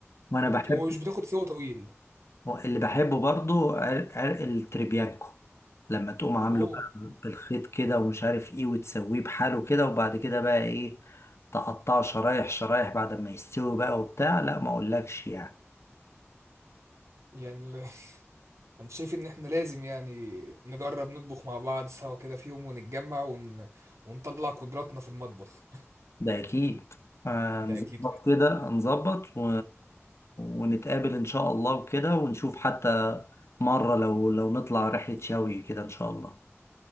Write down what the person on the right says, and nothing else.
وبت...
ومش بتاخد سوا طويل
اوه
يعني انا شايف ان احنا لازم يعني نجرب نطبخ مع بعض سوا كده في يوم ونتجمع ون... ونطلع قدراتنا في المطبخ
<laughs> ده اكيد لازم